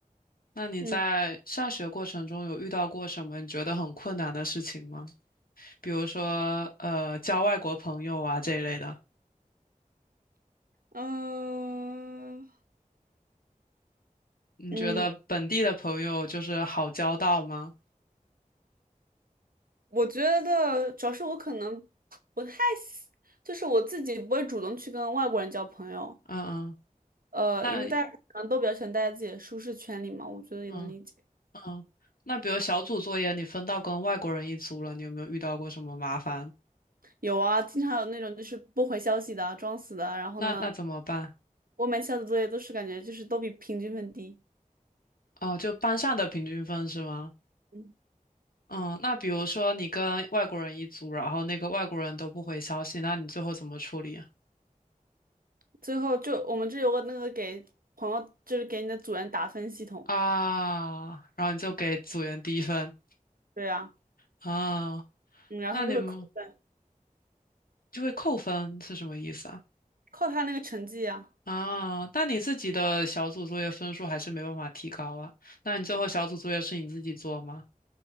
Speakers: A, on the left (about 85°); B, on the right (about 80°).
A: 那你在上学过程中有遇到过什么你觉得很困难的事情吗？
B: 嗯
A: 比如说呃交外国朋友啊这一类的。
B: 呃
A: 你觉得本地的朋友就是好交到吗？
B: 嗯，我觉得主要是我可能不太喜，就是我自己不会主动去跟外国人交朋友。
A: 嗯嗯，
B: 呃，
A: 那
B: 因为大家可能都比较喜欢待在自己的舒适圈里嘛，我觉得也能理解。
A: 嗯嗯，那比如小组作业你分到跟外国人一组了，你有没有遇到过什么麻烦？
B: 有啊，经常有那种就是不回消息的啊，装死的啊，然后呢，
A: 那那怎么办？
B: 我每次交的作业都是感觉就是都比平均分低。
A: 哦，就班上的平均分是吗？
B: 嗯，
A: 嗯，那比如说你跟外国人一组，然后那个外国人都不回消息，那你最后怎么处理啊？
B: 最后就我们这有个那个给朋友，就是给你的组员打分系统，
A: 啊，然后你就给组员低分
B: 对呀，
A: 啊，
B: 嗯，然后他们就会扣分，
A: 那你们就会扣分是什么意思啊？
B: 扣他那个成绩啊。
A: 啊，但你自己的小组作业分数还是没办法提高啊。那你最后小组作业是你自己做吗？